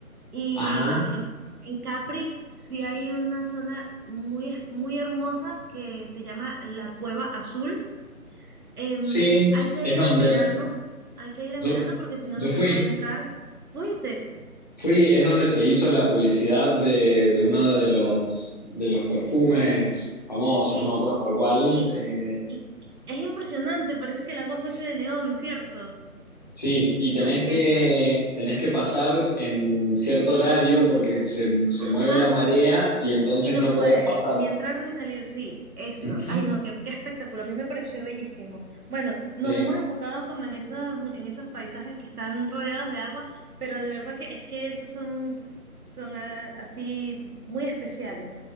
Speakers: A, on the right; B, on the left.
A: Y
B: Ajá.
A: en, en Capri sí hay una zona muy, es- muy hermosa que se llama la Cueva Azul. Em,
B: Sí,
A: hay que
B: es
A: ir
B: donde
A: en verano, hay que ir en
B: yo,
A: verano porque si no,
B: yo
A: no se
B: fui.
A: puede entrar. ¿Fuiste?
B: Fui, es donde se hizo la publicidad de, de uno de los, de los perfumes famosos,
A: Sí.
B: no me acuerdo de cuál.
A: Y,
B: eh,
A: y es impresionante, parece que el agua fuese de neón, ¿cierto?
B: sí, y
A: Es una
B: tenés
A: belleza.
B: que, tenés que pasar en cierto horario porque se, se
A: Ajá.
B: mueve la marea y entonces
A: Y no
B: no
A: puedes
B: podés pasar.
A: ni entrar ni salir, sí, eso.
B: Ujú.
A: Ay, no, qué, qué espectáculo, a mí me pareció bellísimo. Bueno,
B: Sí,
A: nos hemos enfocado como en esos, en esos paisajes que están rodeados de agua, pero de verdad que es que esos son, son ah, así muy especiales,